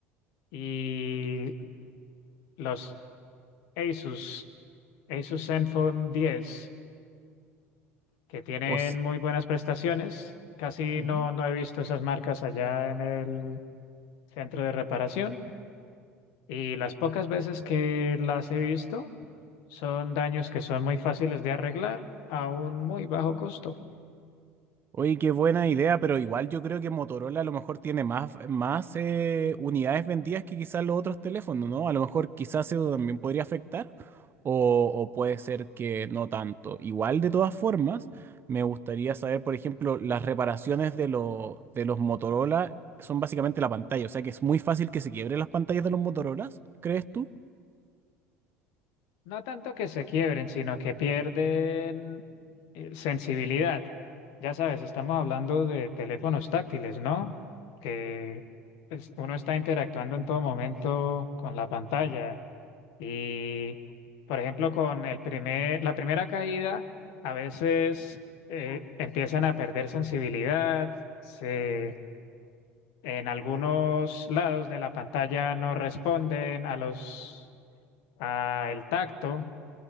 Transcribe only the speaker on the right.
o s-
ujú.
Oye, qué buena idea, pero igual yo creo que Motorola a lo mejor tiene más, más eh, unidades vendidas que quizás los otros teléfonos, ¿no? A lo mejor quizás eso también podría afectar o, o puede ser que no tanto. Igual de todas formas, me gustaría saber, por ejemplo, las reparaciones de, lo- de los Motorola son básicamente la pantalla, o sea que es muy fácil que se quiebren las pantallas de los Motorolas, ¿crees tú?